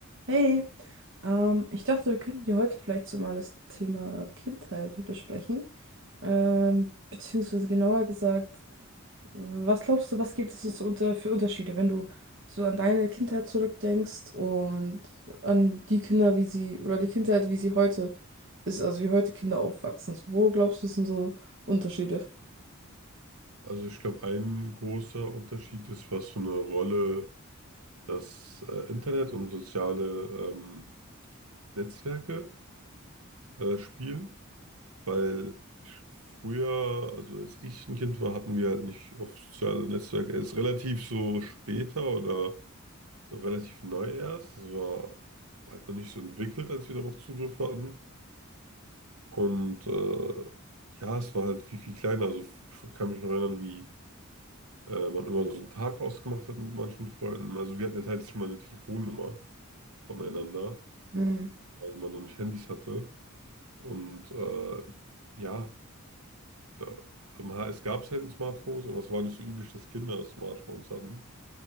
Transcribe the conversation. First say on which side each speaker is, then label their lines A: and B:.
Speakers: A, on the right; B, on the right.
A: Hey, ähm, ich dachte, wir könnten ja heute vielleicht so mal das Thema Kindheit besprechen. Ähm, beziehungsweise genauer gesagt, was glaubst du, was gibt es so unter, für Unterschiede, wenn du so an deine Kindheit zurückdenkst und an die Kinder, wie sie, oder die Kindheit, wie sie heute ist, also wie heute Kinder aufwachsen? Wo glaubst du, sind so Unterschiede?
B: Also ich glaube, ein großer Unterschied ist, was für eine Rolle das äh, Internet und soziale ähm, Netzwerke äh, spielen. Weil ich, früher, also als ich ein Kind war, hatten wir halt nicht auf soziale Netzwerke. Erst relativ so später oder so relativ neu erst. Das war halt noch nicht so entwickelt, als wir darauf Zugriff hatten. Und äh, ja, es war halt viel, viel kleiner. Also ich kann mich noch erinnern, wie äh, man immer so einen Tag ausgemacht hat mit manchen Freunden. Also wir hatten ja teilweise mal eine Telefonnummer voneinander,
A: Hm.
B: weil man noch nicht Handys hatte. Und äh, ja, da, also man, es gab selten Smartphones, aber es war nicht so üblich, dass Kinder Smartphones hatten.